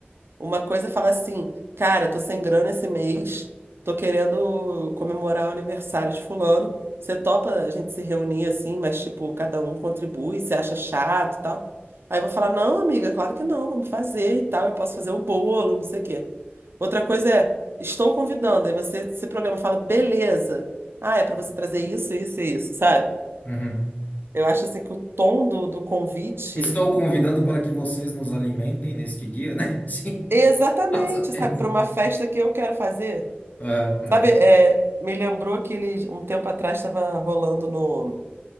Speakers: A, on the right; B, on the left.
A: Uma coisa é falar assim, cara, tô sem grana esse mês, tô querendo comemorar o aniversário de fulano. Você topa a gente se reunir assim, mas tipo, cada um contribui, você acha chato e tal. Aí eu vou falar, não, amiga, claro que não, vamos fazer e tal, eu posso fazer o bolo, não sei o quê. Outra coisa é, estou convidando, aí você se programa, fala, beleza. Ah, é pra você trazer isso, isso e isso, sabe?
B: uhum.
A: Eu acho assim que o tom do, do convite
B: Estou convidando para que vocês nos alimentem neste dia, né? <laughs> Sim,
A: é exatamente,
B: mais ou menos
A: sabe, para
B: isso.
A: uma festa que eu quero fazer.
B: Ah, ah.
A: Sabe, é, me lembrou que ele, um tempo atrás estava rolando no,